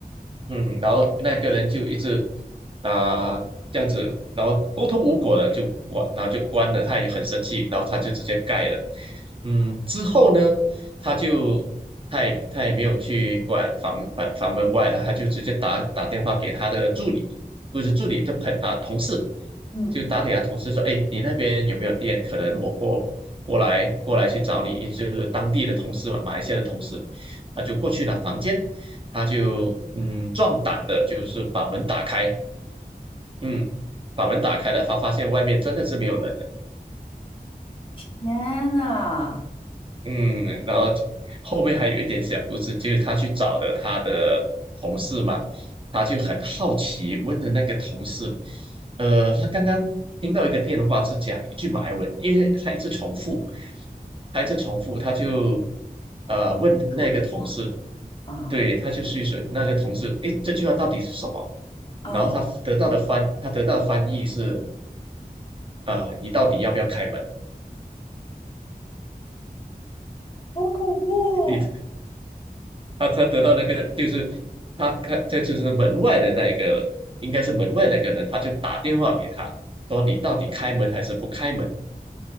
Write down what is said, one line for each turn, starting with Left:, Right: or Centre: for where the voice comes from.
Right: 嗯，然后那个人就一直啊、这样子，然后沟通无果了，就关，然后就关了，他也很生气，然后他就直接盖了。嗯，之后呢，他就他也他也没有去管房房房门外了，他就直接打打电话给他的助理，或者助理就朋啊同事，
Left: 嗯，
Right: 就打给他同事说，哎，你那边有没有电？可能我过过来过来去找你，就是当地的同事嘛，马来西亚的同事，他就过去了房间。他就嗯壮胆的，就是把门打开，嗯，把门打开了，他发现外面真的是没有人。
Left: 天呐，
Right: 嗯，然后就后面还有一点小故事，就是他去找了他的同事嘛，他就很好奇问的那个同事，呃，他刚刚听到一个电话是讲一句马来文，因为他一直重复，他一直重复，他就呃问那个同事，
Left: 我住了一下，啊
Right: 对，他就去试那个同事，诶，这句话到底是什么？
Left: 啊，
Right: 然后他得到的翻，他得到的翻译是啊、你到底要不要开门？
Left: 好恐怖哦
Right: 你？他他得到那个就是他看这就是门外的那一个，应该是门外那个人，他就打电话给他，说你到底开门还是不开门？